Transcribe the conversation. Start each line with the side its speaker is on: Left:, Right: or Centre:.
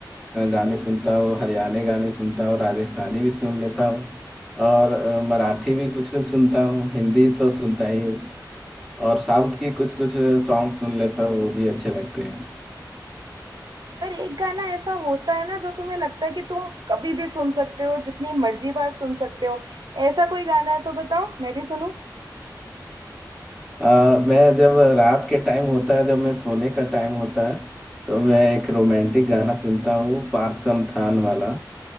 Centre: अ, गाने सुनता हूँ हरियाणा गाने सुनता हूँ राजस्थानी भी सुन लेता हूँ और अ, मराठी भी कुछ कुछ सुनता हूँ हिंदी तो सुनता ही हूँ और साउथ की कुछ कुछ सॉन्ग सुन लेता हूँ वो भी अच्छे लगते हैं
Right: पर एक गाना ऐसा होता है ना जो तुम्हें लगता है कि तुम कभी भी सुन सकते हो जितनी मर्जी बार सुन सकते हो ऐसा कोई गाना है तो बताओ मैं भी सुनूं
Centre: अ, मैं जब रात के टाइम होता है जब मैं सोने का टाइम होता है तो मैं एक रोमांटिक गाना सुनता हूँ पार्थ थान वाला